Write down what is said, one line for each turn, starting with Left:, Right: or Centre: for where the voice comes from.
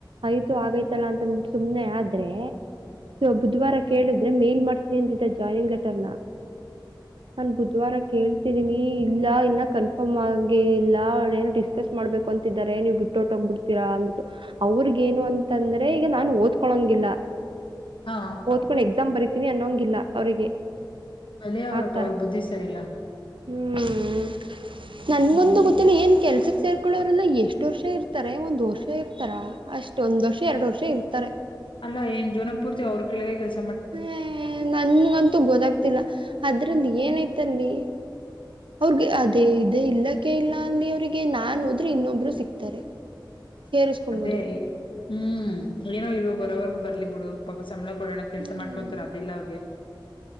Right: ಆಯ್ತು ಆಗೈತಲ್ಲಾ ಅಂತ ಸುಮ್ನೆ ಆದ್ರೆ ಬುಧವಾರ ಕೇಳಿದ್ರೆ ಮೇಲ್ ಮಾಡ್ತೀನಿ ಅಂದಿದ್ದ ಜಾಯ್ನಿಂಗ್ ಲೆಟರ್ನ ನಾನು ಬುಧವಾರಕ್ಕೆ ಕೇಳ್ತಿದೀನಿ ಇಲ್ಲ ಇನ್ನ ಕನ್ಫರ್ಮ್ ಆಗಿ ಇಲ್ಲ ಅವ್ ಡಿಸ್ಕಸ್ ಮಾಡ್ಬೇಕು ಅಂತಿದ್ದಾರೆ ನೀವು ಬಿಟ್ಟ ಹೊರಟೋಗ್ಬಿಡ್ತೀರಾ ಅನ್ಬಿಟ್ಟು ಅವ್ರಗ ಏನು ಅಂತಂದ್ರೆ ರೆ ಈಗ ನಾನು ಓದ್ಕೊಳಂಗಿಲ್ಲ
Left: ಹಾ
Right: ಒದ್ಕೊಂಡ್ ಎಕ್ಸ ಮ ಬರಿತೀನಿ ಅನ್ನೊಂಗಿಲ್ಲ ಅವರಿಗೆ
Left: ಅಲೇ ಅವರಪ್ಪ
Right: ಆ ಥರ
Left: ಅವ್ರ ಬುದ್ಧಿ ಸರಿಲ್ಲ.
Right: ಹ್ಮ್. ನನ್ಗೊಂದು
Left: ಹ್ಮ್
Right: ಗೊತ್ತಿಲ್ಲ ಏನ್ ಕೆಲ್ಸಕ್ರ್. ಮಕ್ಕಳವ್ರನ್ನ ಎಷ್ಟು ವರ್ಷ ಇರ್ತಾರೆ ಒಂದ್ ವರ್ಷ ಇರ್ತಾರ ಅಷ್ಟ ಒಂದ್ ವರ್ಷ ಎರಡು ವರ್ಷ. ಚೀ ಇರ್ತರೆ
Left: ಅಲ್ಲ ಏನ್ ಜೀವ್ನಾಪೂರ್ತಿ ಅವ್ರ್ ಕೆಳಗೆ ಕೆಲ್ಸ್
Right: ಹ್ಮ ನನ್ಗಂತೂ ಗೊದಾಗ್ತಿಲ್ಲಾ ಅದ್ರಲ್ಲಿ ಏನೈತ್ ತಲ್ಲಿ--ಅವ್ರಿಗ್ ಅದೇ ಇದೇ ಇಲ್ಲಕ್ಕೆ ಇಲ್ಲಾ ಅಲ್ಲಿ ಅವ್ರಿಗ್ ನಾನ್ ಹೋದ್ರೆ ಇನ್ನೊಬ್ರು ಸಿಕ್ತಾರೆ. ಸೇರುಸ್ಕೊಂಬೋದು
Left: ಅದೇ ಹ್ಮ್ ಏನೋ ಇ ಬರೋವರ್ಗ ಬರ್ಲಿ ಬಿಡು ಪಪಾ ಸಂಬ್ಳ ಕೊಡೋಣ ಕೆಲ್ಸ
Right: ಹ್ಮ್
Left: ಮಾಡ್ಕೊತಾರ ಅದಿಲ್ಲ ಅವ್ರಿಗೆ